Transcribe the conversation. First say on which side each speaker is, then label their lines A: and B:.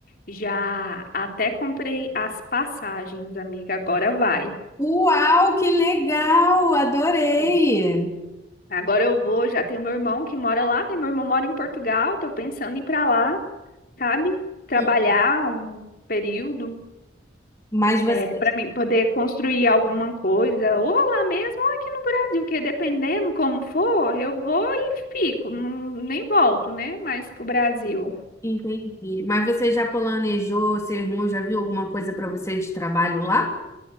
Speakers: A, on the left; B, on the left.
A: já até comprei as passagens, amiga. Agora vai.
B: Uau, que legal! Adorei!
A: Sim. Agora eu vou, já tenho meu irmão que mora lá, né? Meu irmão mora em Portugal, tô pensando em ir pra lá, sabe? Trabalhar
B: Hum.
A: um período.
B: Mas você...
A: É, para mim poder construir alguma coisa, ou lá mesmo, ou aqui no Brasil, porque dependendo como for, eu vou e fico, não- nem volto, né? Mas pro Brasil.
B: Entendi. Mas você já planejou, seu irmão já viu alguma coisa para você de trabalho lá?